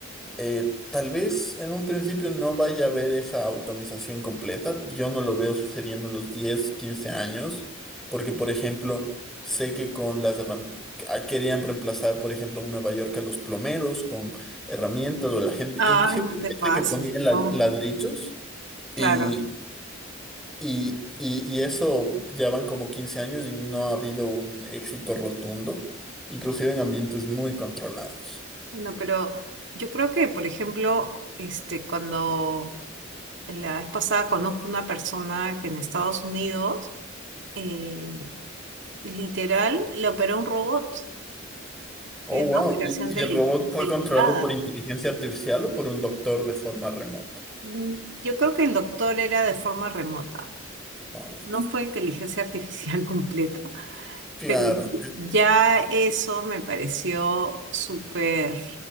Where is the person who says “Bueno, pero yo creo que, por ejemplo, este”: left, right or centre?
Right